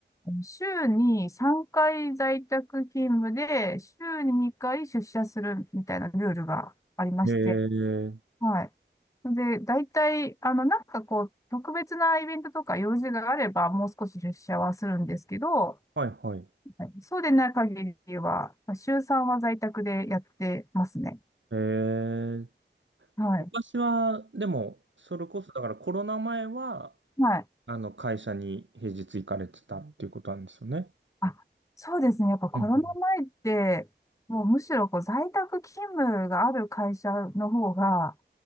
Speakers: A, on the left; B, on the right.
A: あの週に3回在宅勤務で、週に2回出社するみたいなルールがありまして、
B: えー、
A: はい。で、大体、あの、なんかこう、特別なイベントとか用事があれば、もう少し出社はするんですけど、
B: はいはい。
A: はいそうでない限りは、まあ週3は在宅でやってますね。
B: えー、
A: はい。
B: 昔は、でも、それこそ、だからコロナ前は、
A: はい。
B: あの、会社に平日行かれてたっていうことなんですよね。
A: あそうですね。やっぱコロナ前って、
B: うんうん
A: もうむしろこう在宅勤務がある会社の方が、